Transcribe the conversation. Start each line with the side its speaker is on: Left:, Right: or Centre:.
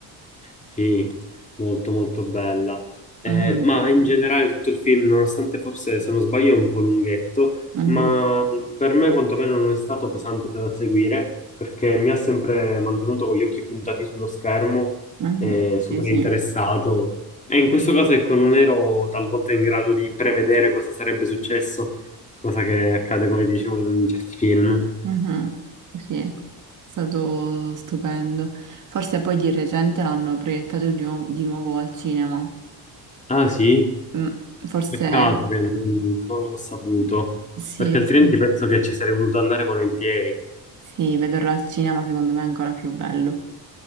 Left: Sì, molto molto bella. Eh,
Right: Mhm.
Left: ma in generale tutto il film, nonostante forse se non sbaglio è un po' lunghetto,
Right: Mhm.
Left: ma per me quantomeno non è stato pesante da seguire perché mi ha sempre mantenuto con gli occhi puntati sullo schermo,
Right: Mhm.
Left: eh, super
Right: Sì, sì.
Left: interessato. E in questo caso, ecco, non ero talvolta in grado di prevedere cosa sarebbe successo, cosa che accade, come dicevo, in certi film.
Right: Mhm, Sì, è stato stupendo. Forse poi di recente l'hanno proiettato di nuovo, di nuovo al cinema.
Left: Ah, sì?
Right: Mm, Forse
Left: Peccato che non non l'ho saputo,
Right: sì,
Left: perché altrimenti
Right: sì,
Left: penso che ci sarei voluto andare volentieri.
Right: sì, vederlo al cinema secondo me è ancora più bello.